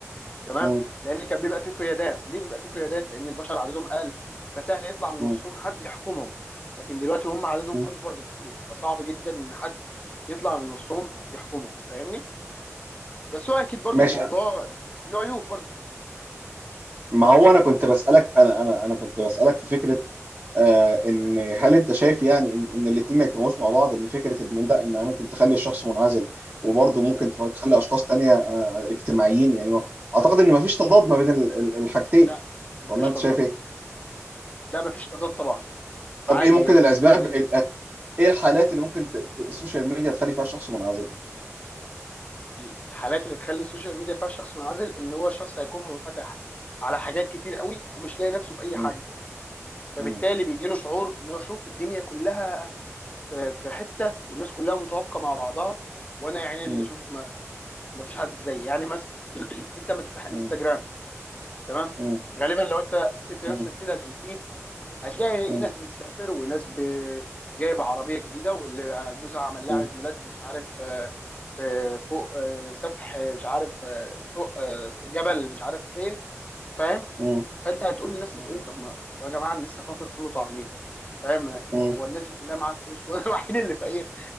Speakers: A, on the left; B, on the right.
A: تمام
B: مم.
A: لان كان بيبقى فيه قيادات ليه بيبقى فيه قيادات لان البشر عددهم قل فسهل يطلع من
B: مم.
A: وسطهم حد يحكمهم لكن دلوقتي هم عددهم
B: مم.
A: اكبر بكتير فصعب جدا ان حد يطلع من وسطهم يحكمهم فاهمني بس هو اكيد برضو
B: ماشي
A: الموضوع له عيوب برضو
B: <clears throat> ما هو انا كنت بسألك انا انا انا كنت بسألك في فكرة آه، ان هل انت شايف يعني ان ان الاتنين ما يجتمعوش مع بعض ان فكره ان لا ان ممكن تخلي الشخص منعزل وبرضه ممكن تخ- تخلي اشخاص تانية آه، آه، اجتماعيين يعني ما- اعتقد ان ما فيش تضاد ما بين ال- ال- الحاجتين
A: لا مفيش
B: ولا انت
A: تضاد
B: شايف ايه؟
A: لا مفيش تضاد طبعا
B: طب
A: عادي
B: ايه ممكن
A: هي ممكن
B: الاسباب
A: تخلي
B: ال- آه، ايه الحالات اللي ممكن ت- ت- السوشيال ميديا تخلي فيها شخص منعزل؟
A: ال- الحالات اللي تخلي السوشيال ميديا فيها الشخص منعزل ان هو شخص هيكون منفتح على حاجات كتير قوي ومش لاقي نفسه في اي
B: مم،
A: حاجه فبالتالي
B: مم،
A: بيجي له شعور ان هو شوف الدنيا كلها في في حته والناس كلها متوافقه مع بعضها وانا يعني
B: مم،
A: اللي اشوف ما مفيش حد زيي يعني مثلا <clears throat> انت لما تفتح انستجرام
B: مم،
A: تمام
B: مم،
A: غالبا لو انت سبت نفسك
B: مم،
A: كده للفيد هتلاقي
B: مم،
A: ناس بتسافر وناس ب... جايبه عربيه جديده واللي جوزها عمل لها
B: مم،
A: عيد ميلاد مش عارف آه، آه، فوق آه، سفح مش عارف آه، فوق آه، جبل مش عارف فين فاهم
B: مم،
A: فانت هتقول لنفسك
B: مم،
A: ايه طب ما طب يا جماعه انا لسه فاطر فول وطعميه فاهم يعني
B: مم،
A: هو الناس دي كلها معاها فلوس وانا <laughs> الوحيد اللي فقير